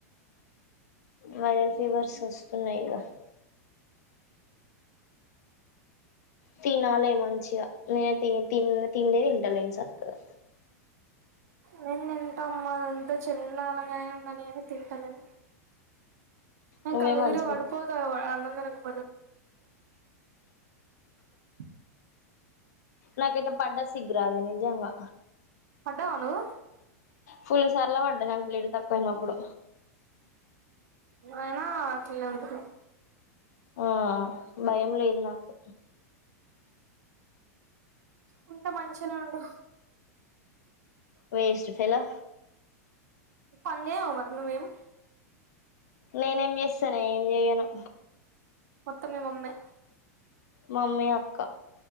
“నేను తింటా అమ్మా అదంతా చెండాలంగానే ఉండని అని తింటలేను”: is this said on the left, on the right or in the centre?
Right